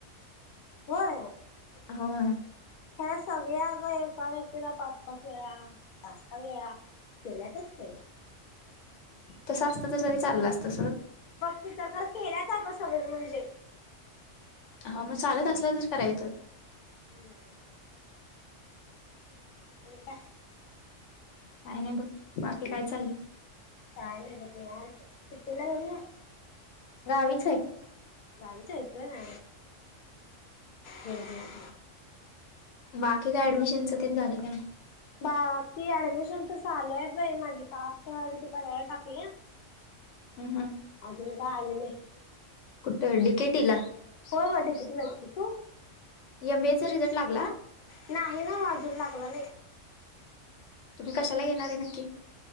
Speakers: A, on the left (about 55°); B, on the left (about 75°).
A: होय.
B: होय.
A: काय सागूया अग, एका व्यक्तीला पाच पाच <unintelligible> केल्यातच केल्यात.
B: तसं असतं त तरी चाललं असतं सर
A: बघ तिथं खर केल्यात अग सगळी म्हणजे
B: हा मग चालत असल तर करायचं.
A: हम्म. आणि काय?
B: काही नाही बघ, बाकीे काय चाललंय?
A: काय नई बघ निवांत, सुट्टीला गेली नईस?
B: गावीच हाय.
A: गावीच आहेस होय <unintelligible> हम्म हम्म हू.
B: बाकी काय ऍडमिशनचं तेन झालं काय नाय?
A: बाकी ऍडमिशनच चालू आय बई, माझी कास्ट व्हॅलिडीटी कराय टाकल्या.
B: हम्म ह.
A: अजून काय आली नई.
B: कुठ डी के टी ला? <unintelligible>
A: होय होय डिग्रीलाच की तू
B: एम बी ए रिझल्ट लागला.
A: नाही न्हवं, आजुन लागला नई.
B: तुम्ही कशाला घेणार आहे नक्की?